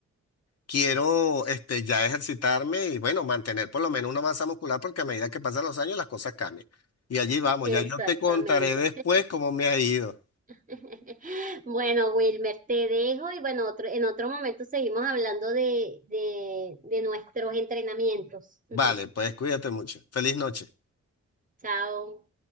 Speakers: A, on the left; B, on the right.
A: quiero, este, ya ejercitarme y bueno, mantener por lo menos una masa muscular, porque a medida que pasan los años las cosas cambian. Y allí vamos,
B: Exactamente.
A: ya yo te contaré después cómo me ha ido.
B: <laughs> Bueno, Wilmer, te dejo y bueno, otro, en otro momento seguimos hablando de, de, de nuestros entrenamientos. <laughs>
A: Vale, pues cuídate mucho. Feliz noche.
B: Chao.